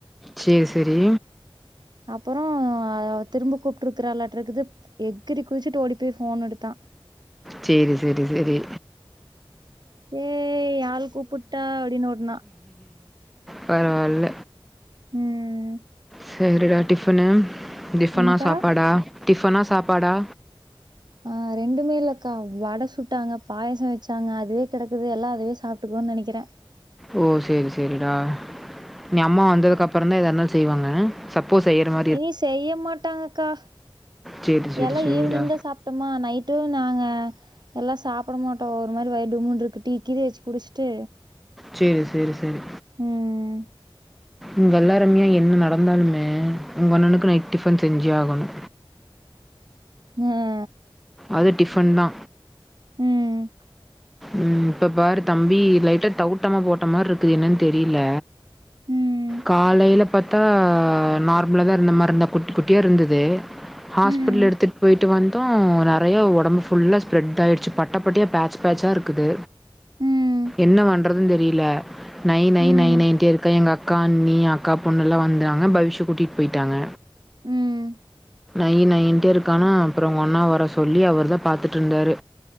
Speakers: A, in the centre; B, on the right (about 50°).
A: சேரி சேரி
B: அப்றோ திரும்ப கூப்ட்டு இருக்றலாட்ருக்குது எகிறி குதிச்சிட்டு ஓடி போய் ஃபோன் எடுத்தா
A: சேரி சேரி சேரி
B: ஏய் ஆள் கூப்புட்டா அப்டின்னு ஓடுனா
A: பரவால்ல
B: ம்
A: சேரிடா டிஃபனு டிஃபனா
B: என்னக்கா
A: சாப்பாடா டிஃபனா சாப்பாடா
B: ஆ ரெண்டுமே இல்லக்கா வட சுட்டாங்க பாயசோ வச்சாங்க அதுவே கெடக்குது எல்லா அதுவே சாப்ட்டுக்குவோ நெனக்கிற
A: ஓ சேரி சேரிடா இனி அம்மா வந்ததுக்கு அப்றோ தா எதா இருந்தாலு செய்வாங்க சப் போ செய்றவ
B: இனி செய்ய மாட்டாங்கக்கா
A: சரி, சரி,
B: எல்லா
A: சரிடா.
B: ஈவினிங் தா சாப் ட்டோமா நைட்டு நாங்க எல்லா சாப்ட மாட்டோ ஒரு மாறி வயிறு டும்முனு இருக்கு டீ கீதே வச்சு குடிச்ட்டு
A: சேரி சேரி சேரி
B: ம்
A: இங்க எல்லாருமே என்ன நடந்தாலுமே உங்க அண்ணணுக்கு நைட் டிஃபன் செஞ்சே ஆகணு
B: ம்
A: அது டிஃபன் தா
B: ம்
A: ம் இப்ப பார் தம்பி லைட்டா தவுட்டாம போட்ட மாறி இருக்குது என்ன்னு தெரில
B: ம்
A: காலைல பாத்தா நார்மலா தா இருந்த மாறி தா குட்டி குட்டியா இருந்தது ஹாஸ்பிடல்
B: ம்
A: எடுத்துட்டு போயிட்டு வந் தோ நெறயா ஒடம்பு ஃபுல்லா ஸ்ப்ரெட் ஆயிடுச்சு பட்டப்பட்டயா பேட்ச் பேட்சா இருக்குது
B: ம்
A: என்ன பண்றதுன் தெரில நை நை
B: ம்
A: நை நைன்ட்டே இருக்கா எங்க அக்கா அண் ண்ணி அக்கா பொண்ணு எல்லா வந்துாங்க பவிஷ கூட்டிட்டு போயிட்டாங்க
B: ம்
A: நை நைன்ட்டே இருக்கானா அப்றோ ஒங்க அண்ணா வர சொல்லி அவர் தா பாத்துட்டுருந்தார்